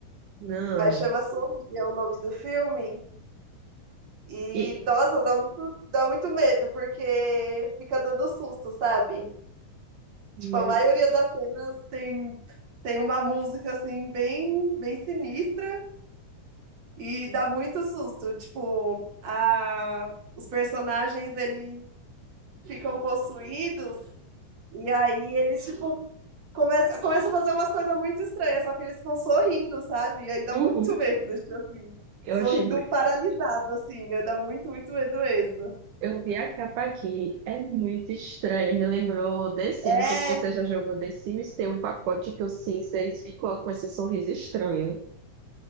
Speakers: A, on the right; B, on the right.
A: Não.
B: Mas chama Sombria o nome do filme. E,
A: E,
B: nossa, dá muito, dá muito medo, porque fica dando susto, sabe?
A: meu,
B: Tipo, a maioria das cenas tem, tem uma música, assim, bem, bem sinistra e dá muito susto. Tipo, a, os personagens, eles ficam possuídos e aí eles, tipo, Começa, começa a fazer umas coisas muito estranhas, só que eles ficam sorrindo, sabe? E aí dá
A: uhum.
B: muito medo, tipo assim.
A: Eu
B: Sorrindo
A: achei muito.
B: paralisado, assim, é, dá muito, muito medo mesmo.
A: Eu vi a capa aqui, é muito estranho, me lembrou The Sims,
B: É,
A: não sei se você já jogou The Sims, tem um pacote que o Sims, eles ficam com esse sorriso estranho.